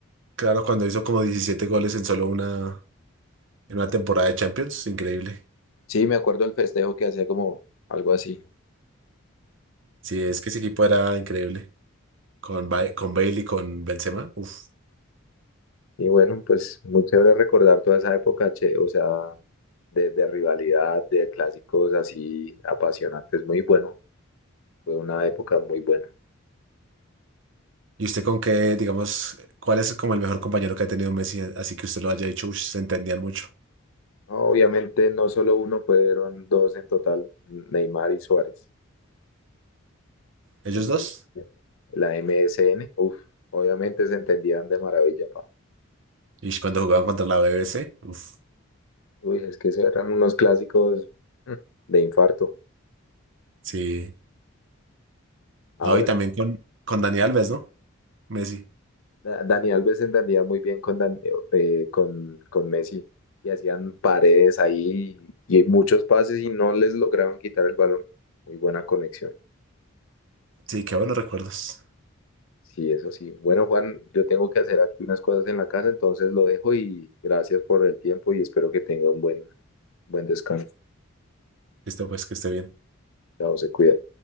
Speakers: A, on the right; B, on the left.
A: claro, cuando hizo como 17 goles en solo una, en una temporada de Champions, increíble.
B: Sí, me acuerdo el festejo que hacía como algo así.
A: Sí, es que ese equipo era increíble. Con, Ba- con Bale y con Benzema, uf.
B: Y bueno, pues muy chévere recordar toda esa época, che, o sea, de, de rivalidad, de clásicos así apasionantes, muy bueno. Fue una época muy buena.
A: ¿Y usted con qué, digamos, cuál es como el mejor compañero que ha tenido Messi? Así que usted lo haya dicho, uff, se entendían mucho.
B: No, Obviamente no solo uno, fueron dos en total, Neymar y Suárez.
A: Ellos
B: El-
A: dos.
B: la M S N uff, obviamente se entendían de maravilla, pa.
A: Y cuando jugaban contra la BBC, uf,
B: Uy, es que esos eran unos clásicos mm, de infarto.
A: sí.
B: Ah,
A: No,
B: bueno,
A: y también con, con Dani Alves, ¿no? Messi.
B: Da- Dani Alves se entendía muy bien con, Dan- eh, con, con Messi y hacían paredes ahí y muchos pases y no les lograban quitar el balón. Muy buena conexión.
A: Sí, qué buenos recuerdos.
B: Sí, eso sí. Bueno, Juan, yo tengo que hacer aquí unas cosas en la casa, entonces lo dejo y gracias por el tiempo y espero que tenga un buen, buen descanso.
A: Listo, pues que esté bien.
B: Chao, se cuida.